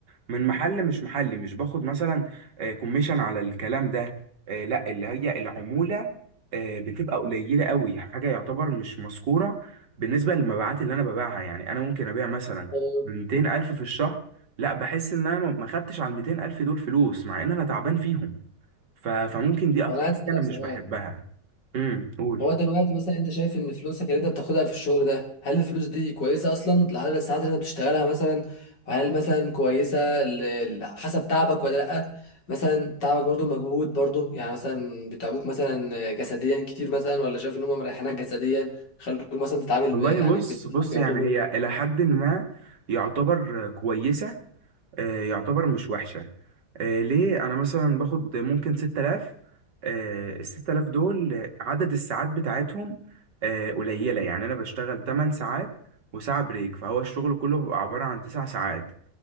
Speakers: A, on the right (about 75°); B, on the left (about 80°).
A: من محل مش محلي مش باخد مثلا كوميشن على الكلام ده آه، لا اللي هي العمولة آه، بتبقى قليلة قوي حاجة يعتبر مش مذكورة بالنسبة للمبيعات اللي انا ببيعها يعني انا ممكن ابيع مثلا
B: طب
A: 200 الف في الشهر لا بحس ان انا ما ما خدتش على ال 200 الف دول فلوس مع ان انا تعبان فيهم ف- فممكن دي اكتر
B: أنا عايز
A: حاجة
B: أسألك
A: انا مش
B: سؤال
A: بحبها امم قول
B: هو دلوقتي مثلا انت شايف ان فلوسك اللي انت بتاخدها في الشغل ده هل الفلوس دي كويسه اصلا لعدد الساعات اللي انت بتشتغلها مثلا وهل مثلا كويسه ل- ل- حسب تعبك ولا لا مثلا تعبك برضو مجهود برضو يعني مثلا بيتعبوك مثلا جسديا كتير مثلا ولا شايف ان هم مريحينك جسديا خلوك مثلا تتعامل
A: والله
B: ب- يعني
A: بص
B: بال-
A: بص
B: يعتبر
A: يعني هي إلى حد ما يعتبر كويسة آه، يعتبر مش وحشة آه، ليه أنا مثلا باخد ممكن 6000 آه، ال 6000 دول عدد الساعات بتاعتهم آه، قليلة يعني أنا بشتغل 8 ساعات وساعة بريك فهو الشغل كله بيبقى عبارة عن 9 ساعات